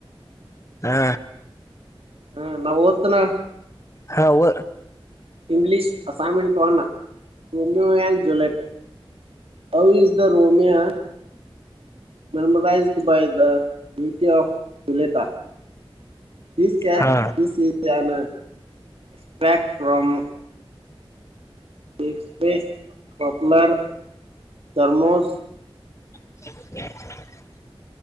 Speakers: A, on the left; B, on the right.
A: ಹಾ
B: ಹ ನಾವ್ ಓದ್ತನಾ
A: ಹಾ ಓದು
B: English assignment on Romeo and Juliet how is the ರೋಮಿಯಾ <unintelligible> by the beauty of ಬುಲೆತ this a
A: ಹಾ
B: this is an a aspect one ಎಕ್ಸ್ಪೇಸ್ popular ದರ್ಮೋಸ್
A: <inaudible>